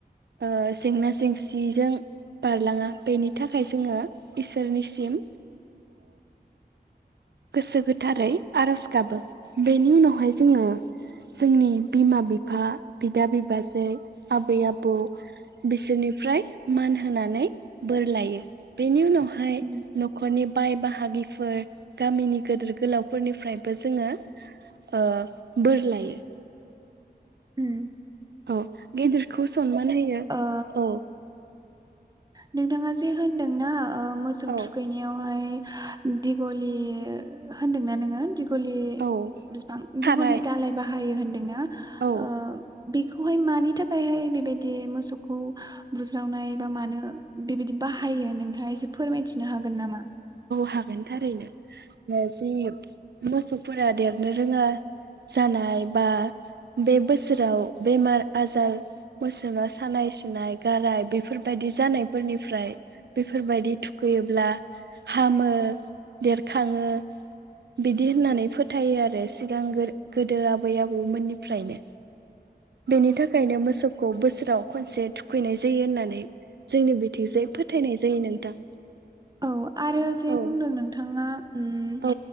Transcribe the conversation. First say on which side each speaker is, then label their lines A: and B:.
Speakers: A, on the right; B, on the right.
A: ओ जेंना जेंसिजों बारलाङा बेनि थाखाय जोङो इसोरनिसिम गोसो गोथारै आरज गाबो बेनि उनावहाय जोङो जोंनि बिमा बिफा बिदा बिबाजै आबै आबौ बिसोरनिफ्राय मान होनानै बोर लायो बेनि उनावहाय
B: उम
A: नखरनि बाय बाहागिफोर गामिनि गेदोर गोलावफोरनिफ्रायबो जोङो ओ बोर लायो
B: हम <unintelligible>
A: औ गेदिरखौ सनमान होयो
B: ओ
A: औ
B: नोंथाङा जे होनदोंना ओ मोसौ
A: औ
B: थुखैनायावहाय दिगलि होनदोंना नोङो।
A: औ
B: बिफां
A: थाराय
B: दिगलि दालाय बाहायो होनदोंना
A: औ
B: ओ। बेखौहाय मानि थाखायहाय बेबायदि मोसौखौ बुज्रावनाय। बा मानो बेबायदि बाहायो नोंथाङा एसे फोरमायथिनो हागोन नामा?
A: हागोन थारैनो जि मोसौफोरा देरनो रोङा जानाय बा बे बोसोराव बेमार आजार मोसाव सानाय सुनाय गाराय बेफोरबायदि जानायफोरनिफ्राय बेफोरबायदि थुखैयोब्ला। हामो देरखाङो। बिदि होननानै फो फोथायो आरो सिगां गोदो आबै आबौमोननिफ्रायनो। बेनि
B: औ
A: थाखायनो मोसौखौ बोसोर। खनसे थुखैनाय जायो होननानै जोंनि बिथिंजाय फोथायनाय जायो नोंथां
B: औ-औ आरो जे
A: औ
B: बुंदों नोंथाङा। ओम
A: औ